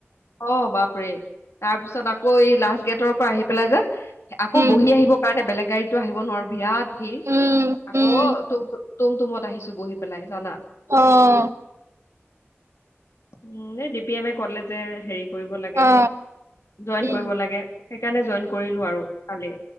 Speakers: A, on the left; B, on the right.
A: অ, বাপ তাৰ পিছত আকৌ এই লাষ্ট গেটৰ পৰা আহি পেলাই যে আকৌ
B: উম
A: বহি আহিবৰ কাৰণে বেলেগ গাড়ীতো আহিব নোৱাৰো বিৰাত ভিৰ
B: উম
A: আকৌুম
B: উম
A: তুমত তুমত আহিছো বহি পেলাই জানা।
B: অ',
A: উম, এই ডি পি এমে কলে যে হেৰি কৰিব লাগে
B: অ
A: জইন
B: উম
A: কৰিব লাগে সেইকাৰণে জইন কৰিলো আৰু কালি।